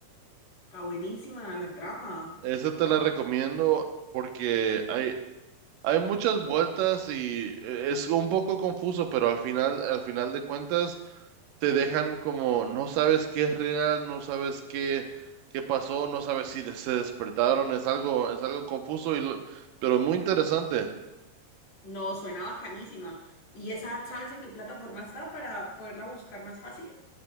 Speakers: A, on the left; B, on the right.
A: Está buenísima la trama.
B: Esa te la recomiendo porque hay Hay muchas vueltas y eh, es un poco confuso, pero al final, al final de cuentas, te dejan como no sabes qué es real, no sabes qué, qué pasó, no sabes si de- se despertaron, es algo, es algo confuso y lo- pero muy interesante.
A: No, suena bacanísima. ¿Y esa sabes en qué plataforma está para poderla buscar más fácil?